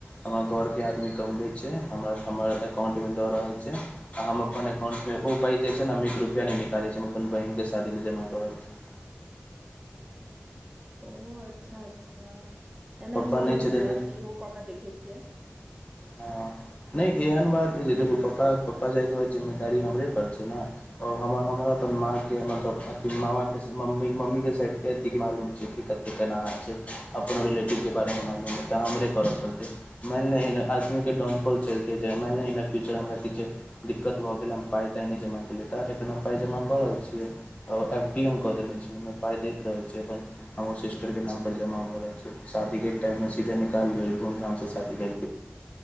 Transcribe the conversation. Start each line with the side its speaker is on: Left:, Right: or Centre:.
Left: हमर घर के आदमी कमबैय छै हमरा हमर अकाउंट मे दऽ रहल छै। आ हम अपन अकाउंट मे ओ पाइ जे छै ने हम एक रुपया नहि निकालै छी हम अपन बहिनक के शादी लए जमा क रहल छी।
Right: ओ अच्छा - अच्छा एनाहि
Left: पप्पा
Right: मोन
Left: नहि छथिन
Right: भेल
Left: तऽ
Right: हें त इहो क‌ऽ के देखै छियै।
Left: हँ नहि एहन बात नहि छै देखू पापा पप्पा जायके बाद जिम्मेदारी हमरे पर छै ने। हम हमर अपन माँ के हमर पप्पा के मामा के, से मम्मी- मम्मी के साइड क अथी के मालूम छै कि कत केना हइ छै अपनो रिलेटिव के बारेमे मालूम हइ तऽ हमरे करऽ पड़तै। मानि लही ने असली के डॉनपोल चलिते जे मानि लही ने फ्यूचर हमर दिक्कत भऽ गेल हम पाइ ताइ नहि जमा केलियै तऽ एखन हम पाइ जमा कऽ रहल छियै। एफ डी एम कऽ देने छी हम ओ पाय दैत रहै छै अपन हमर सिस्टर के नाम पर जमा भ रहल छै। शादी के टाइम मे सीधे निकाल लेब धूमधाम से शादी कर